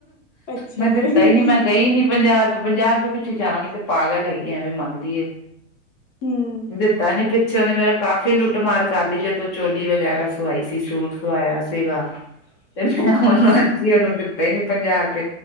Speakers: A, on the left (about 85°); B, on the left (about 25°).
A: ਅੱਛਾ
B: ਮੈਂ
A: ਹੂੰ
B: ਦਿੱਤਾ ਹੀ ਨੀ ਮੈਂ ਗਈ ਨੀ ਪੰਜਾਹ ਰੁਪਏ ਪੰਜਾਹ ਰੁਪਏ ਪਿੱਛੇ ਜਾਵਾਂਗੀ ਤੇ ਪਾਗਲ ਹੈਗੀ ਐਵੇਂ ਮੰਗਦੀ ਏ
A: ਹੂੰ
B: ਦਿੱਤਾ ਨੀ ਪਿੱਛੇ ਉਹਨੇ ਮੇਰਾ ਕਾਫ਼ੀ ਲੁੱਟਮਾਰ ਕਰ ਲਈ ਜਦੋਂ ਚੋਲੀ ਵਗੈਰਾ ਸਵਾਈ ਸੀ ਸੂਟ ਸਵਾਇਆ ਸੀਗਾ ਤੇ ਮੈਂ ਹੁਣ ਐਕ ਉਹਨੂੰ ਦਿੱਤਾ ਹੀ ਨੀ ਪੰਜਾਹ ਰੁਪਏ